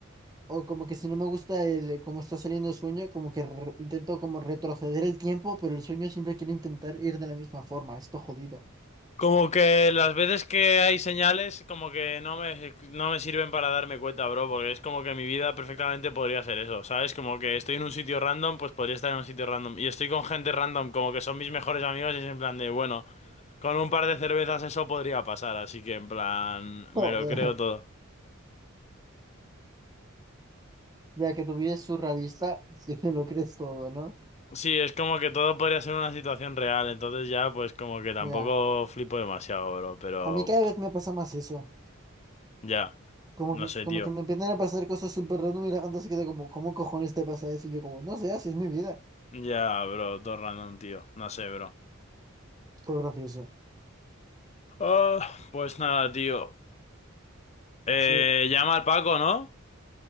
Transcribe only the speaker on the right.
o como que si no me gusta el eh, cómo está saliendo el sueño, como que re- intento como retroceder el tiempo, pero el sueño siempre quiere intentar ir de la misma forma, esto jodido.
<laughs> Joder,
ya que tu vida es surrealista, si te lo crees todo, ¿no?
Ya,
a mí cada
vez me pasa más eso,
como
que,
como
que me empiezan a pasar cosas súper random y la gente se queda como, ¿cómo cojones te pasa eso? Y yo como, no sé, así es mi vida.
Es todo gracioso.
Sí,